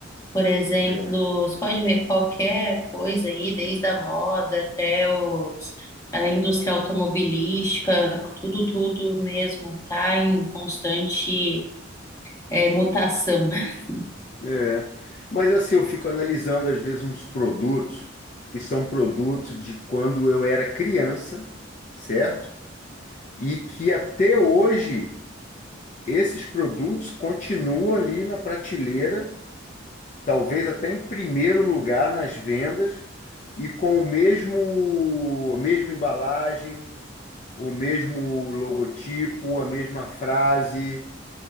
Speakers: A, on the left; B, on the left.
A: Por exemplo,
B: É.
A: você pode ver qualquer coisa aí, desde a moda até os, a indústria automobilística, tudo, tudo mesmo, tá em constante é, mutação. <laughs>
B: É. Mas assim, eu fico analisando às vezes uns produtos que são produtos de quando eu era criança, certo? E que até hoje esses produtos continuam ali na prateleira, talvez até em primeiro lugar nas vendas, e com o mesmo, mesma embalagem o mesmo logotipo, a mesma frase.